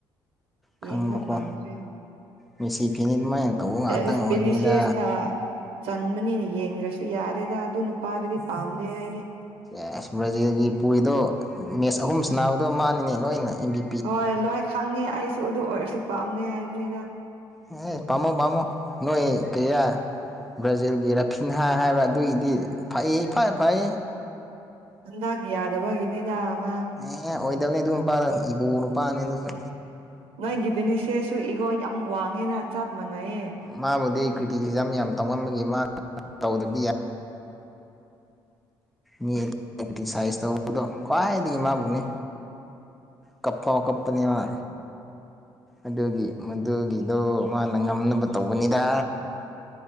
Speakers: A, in the centre; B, on the right.
A: ꯈꯪꯕꯀꯣ
B: ꯌꯦꯡꯕ ꯐꯪꯗ꯭ꯔꯦ
A: ꯃꯦꯁꯤ ꯐꯦꯟꯅꯤ ꯑꯗꯨꯃꯥꯏꯅ ꯇꯧꯕ ꯉꯥꯛꯇꯪ
B: ꯑꯁ
A: ꯑꯣꯏꯕꯅꯤꯗ
B: ꯚꯤꯅꯤꯁꯤꯑꯁꯅ ꯆꯟꯕꯅꯤꯅ ꯌꯦꯡꯗ꯭ꯔꯁꯨ ꯌꯥꯔꯦꯗ ꯑꯗꯨ ꯅꯨꯄꯥꯗꯨꯗꯤ ꯄꯥꯝꯗꯦ ꯑꯩꯗꯤ
A: ꯑꯦꯁ ꯕ꯭ꯔꯥꯖꯤꯜꯒꯤ ꯄꯨꯔꯤꯗꯣ ꯃꯦꯠꯆ ꯑꯍꯨꯝ ꯁꯟꯅꯕꯗꯣ ꯃꯥꯅꯤꯅꯦ ꯂꯣꯏꯅ ꯑꯦꯝ ꯚꯤ
B: ꯍꯣꯏ ꯂꯣꯏ ꯈꯪꯉꯦ ꯑꯩꯁꯨ ꯑꯗꯨ ꯑꯣꯏꯔꯁꯨ ꯄꯥꯝꯗꯦ ꯍꯥꯏꯕꯅꯤꯗ
A: ꯍꯦ ꯄꯥꯃꯣ ꯄꯝꯃꯣ ꯅꯣꯏ ꯀꯔꯤꯌꯥ ꯕ꯭ꯔꯥꯖꯤꯜꯒꯤ ꯔꯐꯤꯟꯍꯥ ꯍꯥꯏꯕ꯭ꯔ ꯑꯗꯨꯒꯤꯗꯤ ꯐꯩꯌꯦ ꯏꯐ ꯐꯩꯌꯦ
B: ꯍꯟꯗꯛ ꯌꯥꯗꯕꯒꯤꯅꯤꯗ ꯑꯃ
A: ꯑꯦꯌ ꯑꯣꯏꯗꯕꯅꯦ ꯑꯗꯨ ꯅꯨꯄꯥꯥꯗꯣ ꯏꯒꯣ ꯅꯨꯄꯥꯥꯅꯦ ꯑꯗꯨꯁꯨ
B: ꯅꯣꯏꯒꯤ ꯕꯤꯅꯤꯁꯦꯁꯁꯨ ꯏꯒꯣ ꯌꯝ ꯋꯥꯡꯉꯦꯅ ꯆꯞ ꯃꯥꯟꯅꯩꯌꯦ꯫
A: ꯃꯥꯕꯨꯗꯤ ꯀ꯭ꯔꯤꯇꯤꯁꯤꯖꯝ ꯌꯥꯝ ꯇꯧꯉꯝꯕꯒꯤ ꯃꯥ <inaudible> ꯇꯧꯗ꯭ꯔꯗꯤ <inaudible> ꯅꯦꯠ ꯑꯦꯟꯇꯤꯁꯥꯏꯁ ꯇꯧꯕꯗꯣ ꯈ꯭ꯋꯥꯏꯗꯒꯤ ꯃꯥꯕꯨꯅꯦ꯫ ꯀꯞꯐꯥꯎ ꯀꯞꯄꯅꯦ ꯃꯥ ꯑꯗꯨꯒꯤ ꯃꯗꯨꯒꯤꯗꯣ ꯃꯥꯅ ꯉꯝꯅꯕ ꯇꯧꯕꯅꯤꯗ